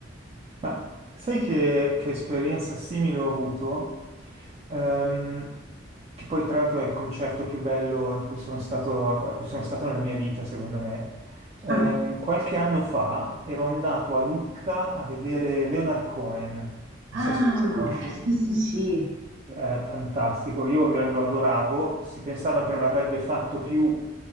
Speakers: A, on the right; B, on the right.
A: Ma sai che, che esperienza simile ho avuto? Ehm, che poi tra l'altro è il concerto più bello in cui sono stato, a cui sono stato nella mia vita, secondo me. Ehm,
B: Ah,
A: qualche anno fa ero andato a Lucca a vedere Leonard Cohen, non
B: ah,
A: so se lo conosci
B: sì, sì, sì,
A: eh, fantastico. Io ver- lo adoravo. Si pensava che non avrebbe fatto più